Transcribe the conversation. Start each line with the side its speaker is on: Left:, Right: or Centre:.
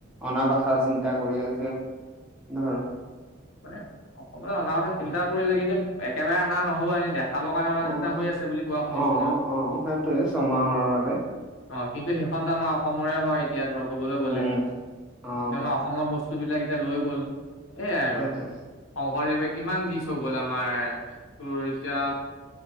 Centre: অনা কথা চিন্তা কৰি আছে ধৰ।
Left: মানে অসমতে অনা কথা চিন্তা কৰিছে কিন্তু, একেবাৰে অনা নহ'ব এনে দে খাবৰ কাৰণে অনা
Centre: অ',
Left: নিচিনা হৈ আছে বুলি কোৱা শুনিছো
Centre: অ',
Left: মই।
Centre: অ', অ', সেইটোৱে ছমাহৰ বাবে
Left: অ, কিন্তু সেইখনতো আমাৰ অসমৰে হয় এতিয়া ধৰ কবলৈ গলে
Centre: উম, অ'।
Left: এতিয়াবা অসমৰ বস্তু বিলাক এতিয়া লৈ গ'ল সেইয়াই আৰু।
Centre: সেইটোৱে
Left: শংকৰদেৱে কিমান দি থই গ'ল আমাৰ, তোৰ এতিয়া